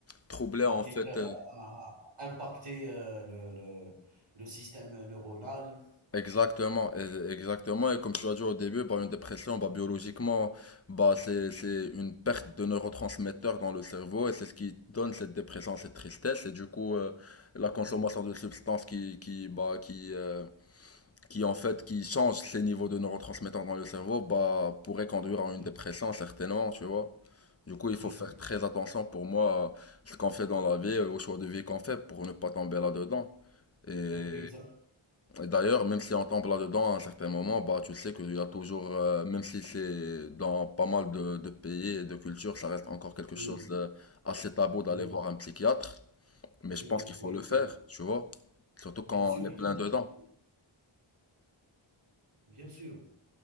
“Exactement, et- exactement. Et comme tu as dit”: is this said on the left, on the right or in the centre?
Left